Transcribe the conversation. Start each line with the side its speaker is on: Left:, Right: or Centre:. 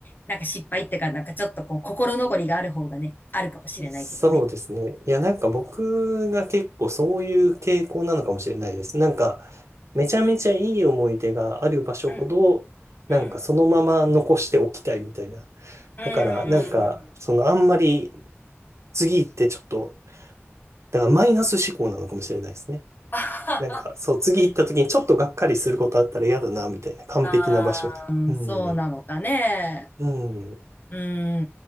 Left: なんか失敗ってか、なんかちょっとこう心残りがある方がね、あるかもしれないけどね。
Right: そうですね。いや、なんか僕が結構そういう傾向なのかもしれないです。なんか、めちゃめちゃいい思い出がある場所ほど、
Left: うん、
Right: なんかそのまま残しておきたいみたいな。
Left: うん、うん、
Right: だから、
Left: うん、
Right: なんか、
Left: うん
Right: そのあんまり次行ってちょっと、だからマイナス思考なのかもしれないですね。
Left: <laughs>。あはは
Right: なんか、そう、次行った時にちょっとがっかりすることあったら嫌だな、みたいな。完璧な場所で。
Left: あーうん、
Right: うん。
Left: そうなのかね。
Right: うん。
Left: うー